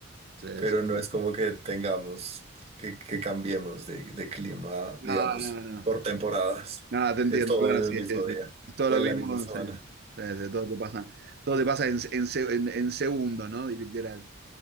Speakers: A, on the right; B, on the right.
A: Sí,
B: Pero
A: sí.
B: no es como que tengamos, que, que cambiemos de, de clima,
A: No,
B: digamos,
A: no, no.
B: por temporadas.
A: No, te entiendo,
B: Es todo
A: claro,
B: en
A: sí,
B: el mismo
A: sí, sí.
B: día
A: Es Todo
B: o
A: lo
B: en
A: mismo,
B: la misma semana.
A: sí. Sí, sí, todo te pasa, todo te pasa en, en, se- en- en segundos, ¿no? Y Literal.